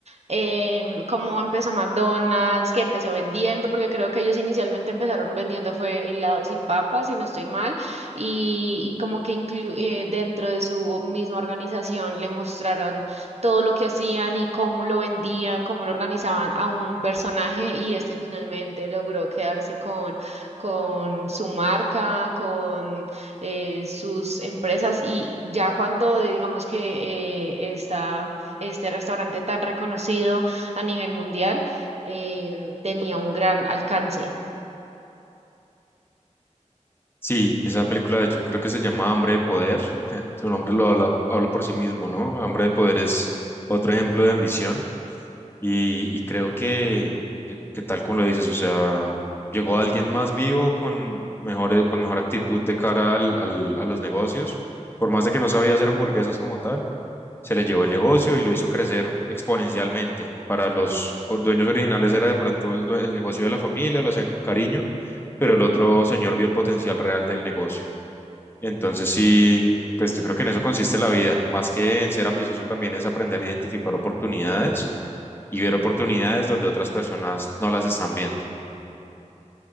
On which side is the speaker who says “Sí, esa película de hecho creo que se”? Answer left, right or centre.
Left